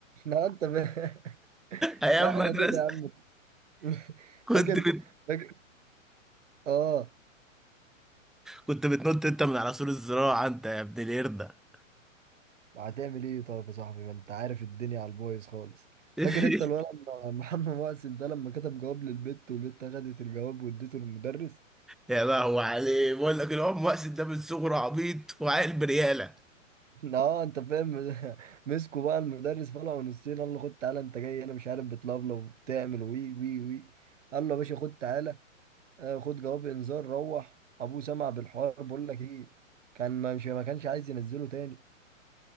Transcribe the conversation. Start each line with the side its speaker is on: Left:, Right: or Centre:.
Right: لا انت فاهم.
Centre: ايام
Right: لا احنا
Centre: مدرسه
Right: كده يا عم <laughs>
Centre: كنت
Right: فاكر
Centre: بت...
Right: فاكر اه
Centre: كنت بتنط انت من على سور الزراعه انت يا ابن القرده
Right: هتعمل ايه طيب يا صاحبي ما انت عارف الدنيا على البايظ خالص
Centre: <laughs>
Right: فاكر انت الولد م- محمد مؤسل ده لما كتب جواب للبت والبت خدت الجواب واديته للمدرس
Centre: يا لهوي عليه بقول لك العم مقصد ده من صغره عبيط وعاقل برياله
Right: <laughs> اه انت فاهم <laughs> مسكوا بقى المدرس طلعوا نصين قال له خد تعالى انت جاي انا مش عارف بتلفلف وبتعمل وي وي وي قال له يا باشا خد تعالى آه، خد جواب انذار روح ابوه سمع بالحوار بقول لك ايه كان ما مش ما كانش عايز ينزله تاني